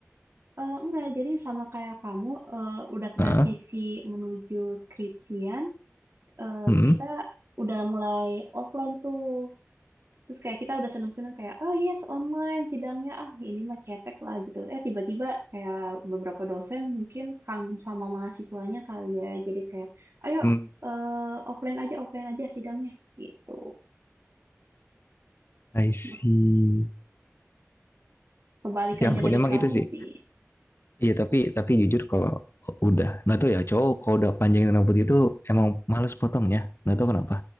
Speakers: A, on the right; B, on the left.
A: Eh enggak, jadi sama kayak kamu eh, udah transisi
B: Heeh. Uh,
A: menuju skripsian, eh,
B: Hmm.
A: kita udah mulai offline tuh. Terus kayak kita udah seneng-seneng kayak, oh yes, online sidangnya, ah ini mah cetek lah gitu. Eh tiba-tiba kayak beberapa dosen mungkin kangen sama mahasiswanya kali ya. Jadi kayak, ayo
B: Hmm.
A: eh, offline aja, offline aja sidangnya gitu.
B: I see.
A: Nah, Kebalikannya
B: Ya ampun
A: dari
B: emang
A: kamu
B: itu sih.
A: sih.
B: Iya tapi tapi jujur kalau udah nggak tahu ya cowok kalau udah panjangin rambut itu emang males potongnya nggak tahu kenapa